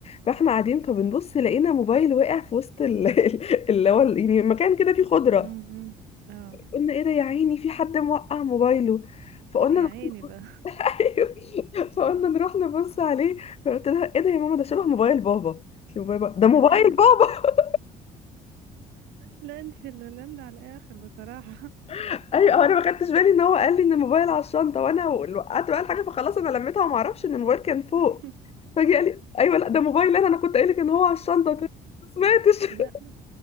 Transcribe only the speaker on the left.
فاحنا قاعدين فبنبص لقينا موبايل وقع في وسط ال- <laughs> ال- اللي هو ال- يعني مكان كده فيه خضرة
قلنا ايه ده يا عيني في حد موقع موبايله فقلنا
نروح-
<laughs> ايوه فقلنا نروح نبص عليه فقلت لها ايه ده يا ماما ده شبه موبايل بابا قلت لي موبايل بابا
ده
موبايل بابا
<laughs> ايوه انا ما خدتش بالي ان هو قال لي ان الموبايل على الشنطه وانا وقعت بقى الحاجه فخلاص انا لميتها وما اعرفش ان الموبايل كان فوق
فجي قال لي ايوه لا ده موبايل انا انا كنت قايل لك ان هو على الشنطه قلت له ما سمعتش